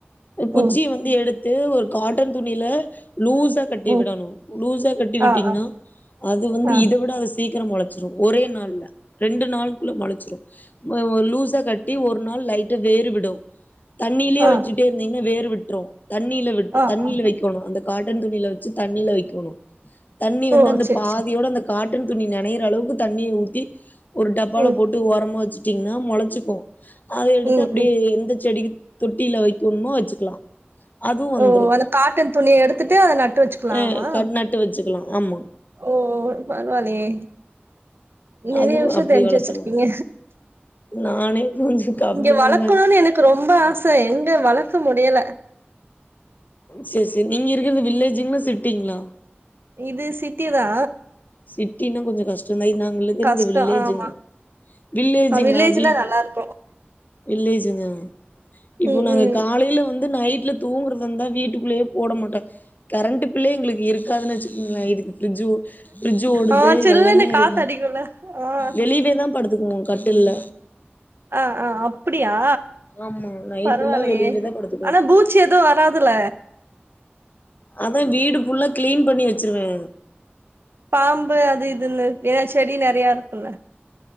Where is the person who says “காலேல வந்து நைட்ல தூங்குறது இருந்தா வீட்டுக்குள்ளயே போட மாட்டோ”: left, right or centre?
Left